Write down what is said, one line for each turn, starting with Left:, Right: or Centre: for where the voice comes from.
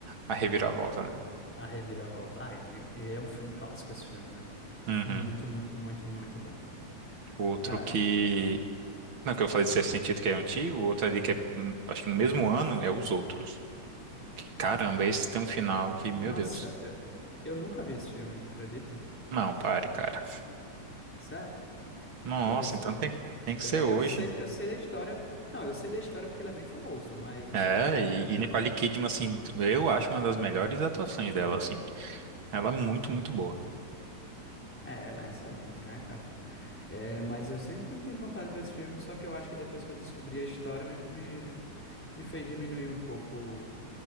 Right: a reviravolta, né?
Centre: A Reviravolta. Ah, e e é um filme clássico esse filme, né?
Right: Uhum.
Centre: Muito, muito, muito, muito bom.
Right: Outro
Centre: Cara,
Right: que. Não, que eu falei de sexto sentido que é antigo, o outro ali que é, hum, acho que no mesmo ano, é Os Outros. Que, caramba, esse tem um final que,
Centre: nossa,
Right: meu Deus.
Centre: eu, eu nunca vi esse filme, acredita?
Right: Não, pare, cara.
Centre: Sério,
Right: Nossa,
Centre: eu nunca vi esse
Right: então
Centre: filme.
Right: tem, tem que
Centre: Eu
Right: ser
Centre: já,
Right: hoje.
Centre: eu sei, eu sei da história. Não, eu sei da história porque ele é bem famoso, mas assim,
Right: É,
Centre: nunca
Right: e,
Centre: vi.
Right: e Nicole Kidman, assim, eu acho uma das melhores atuações dela, assim. Ela é muito, muito boa.
Centre: É, ela é excelente, né, cara? É, mas eu sempre tive vontade de ver esse filme, só que eu acho que depois que eu descobri a história, me, me, me fez diminuir um pouco